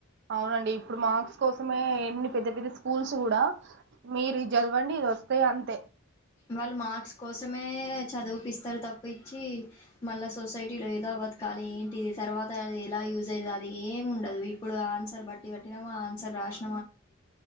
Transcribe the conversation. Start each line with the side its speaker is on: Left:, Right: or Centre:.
Right: అవునండి ఇప్పుడు మార్క్స్ కోసమే ఎన్ని పెద్ద పెద్ద స్కూల్స్ కూడా మీరు చదవండి వస్తాయిఅంతే
Left: వాళ్ళు మార్క్స్ కోసమే చదివిపిస్తారు తప్పు పప్పించి మళ్ళా సొసైటీలో ఎలా బతకాలి ఏంటి తర్వాత అది ఎలా యూజ్ అవుతుంది అది ఏ ఉండదు ఇప్పుడు ఆన్సర్ బట్టి పెట్టినా ఆన్సర్ రాసి